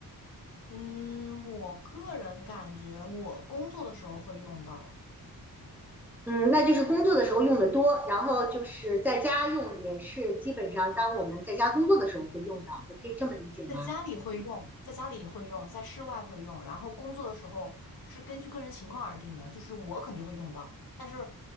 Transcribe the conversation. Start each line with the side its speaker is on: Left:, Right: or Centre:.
Left: 嗯，我个人感觉我工作的时候会用到，
Centre: 嗯，那就是工作的时候用的多，然后就是在家用也是基本上当我们在家工作的时候会用到，我可以这么理解吗？
Left: 在家里会用，在家里会用，在室外会用，然后工作的时候是根据个人情况而定的，就是我肯定会用到，但是嗯、